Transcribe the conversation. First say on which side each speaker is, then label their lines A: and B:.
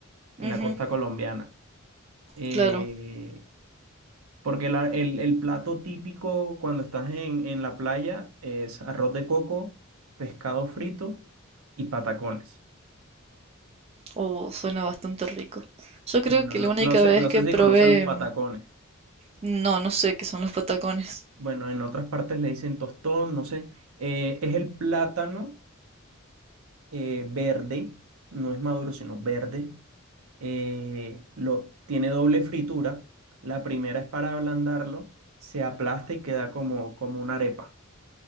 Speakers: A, on the right; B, on the right.
A: en
B: Ujú,
A: la costa colombiana. Eh,
B: claro.
A: porque la- el, el plato típico cuando estás en, en la playa es arroz de coco, pescado frito y patacones.
B: Oh, suena bastante rico. Yo creo
A: Bueno,
B: que
A: no,
B: la única
A: no sé,
B: vez
A: no
B: que
A: sé
B: probé,
A: si conoces los patacones.
B: no, no sé qué son los patacones.
A: Bueno, en otras partes le dicen tostón, no sé. Eh, es el plátano eh, verde, no es maduro, sino verde eh, lo, tiene doble fritura. La primera es para ablandarlo, se aplasta y queda como, como una arepa,